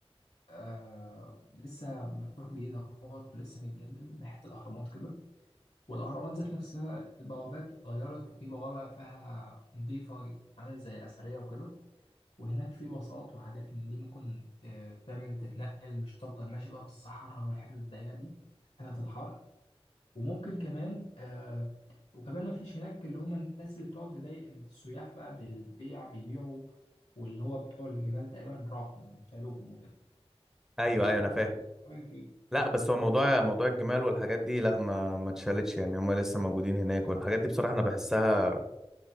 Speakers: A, on the left (about 75°); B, in the centre.
A: آه لسه مفتوح جديد اهوت ولسه متجدد ناحيه الاهرامات كده والاهرامات ذات نفسها البوابات اتغيرت وفي بوابه فيها نظيفه عامله زي اثريه وكده وهناك في باصات وحاجات من دي ممكن ت- تعمل تتنقل مش تفضل ماشي بقى في الصحراء والحتت الضيقة دي حتت الحر وممكن كمان آه وكمان ما فيش هناك اللي هم الناس اللي بتقعد تضايق السياح بقى بالبيع بيبيعوا واللي هو بتوع الجمال تقريبا راحوا شالوهم وكده
B: ايوه ايوه انا
A: فأنت
B: فاهم
A: رأيك إيه؟
B: لا بس هو موضوع موضوع الجمال والحاجات دي لا ما ما اتشالتش يعني هم لسه موجودين هناك والحاجات دي بصراحة انا بحسها